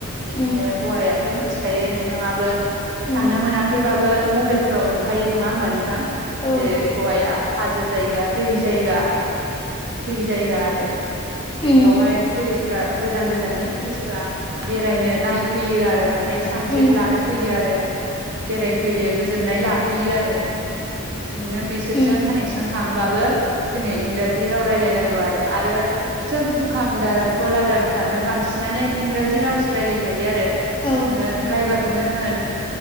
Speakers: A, on the right (about 50°); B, on the left (about 25°).
A: बिदिनो
B: उम
A: गवाया थ' मिन्थिखायो नोंथाङाबो
B: उम
A: थांनो मोनाखैबाबो मबाइलफ्राव नुखायो नङा होमबा नोंथां?
B: औ
A: जेरै गवाया हाजो जायगा दै जायगा दै जायगा आरो बेफ्रावहाय
B: उम
A: टुरिस्टफ्रा गोजान गोजाननि टुरिस्ट फ्रा बेरायनो नायफैयो आरो मान ने सानसेट
B: उम
A: लानो फैयो आरो बेरायफैयो गोजोननाय लाफैयो आरो नोङो बिसोरजों
B: उम
A: कानेकसन खामबाबो जोङो इंराजि राव रायलायनांगौ आरो आरो सोब दुखानदार गलादारफ्रानो बांसिनानो इंराजि रावसो रायलायखायो आरो
B: औ
A: नोङो द्राइभार खौनो होन